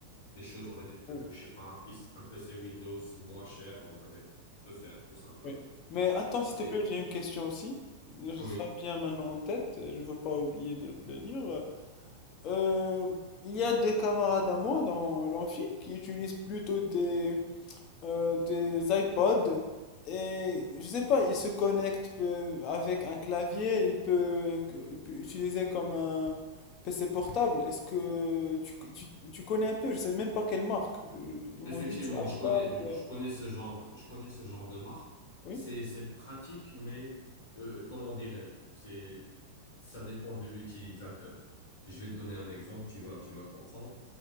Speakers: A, on the left (about 60°); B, on the left (about 40°).
A: des choses, on va dire que,
B: Oui,
A: je sais pas, un, PC un PC Windows moins cher, on va dire, peut faire, tout simplement.
B: oui. Mais attends, s'il te
A: Et
B: plaît, j'ai une question aussi. Je
A: oui.
B: sens bien maintenant en tête. Je veux pas oublier de te le dire. Euh, il y a des camarades à moi dans l'amphi qui utilisent plutôt des, euh, des iPods et je sais pas, ils se connectent euh, avec un clavier, ils peuvent ils peuvent utiliser comme un PC portable. Est-ce que tu, tu, tu connais un peu? Je sais même pas quelle marque. Euh, Ils
A: Effectivement,
B: m'ont dit c'est iPod.
A: je connais,
B: euh,
A: je connais ce genre, je connais ce genre de marque.
B: Oui,
A: C'est, c'est pratique, mais euh, comment dirais-je? C'est, ça dépend de l'utilisateur. Je vais te donner un exemple, tu vas, tu vas comprendre.